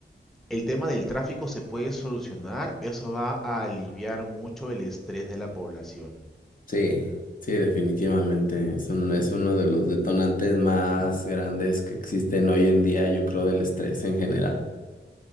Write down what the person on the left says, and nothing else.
Sí, sí, definitivamente. Es un- es uno de los detonantes más grandes que existen hoy en día, yo creo, del estrés en general.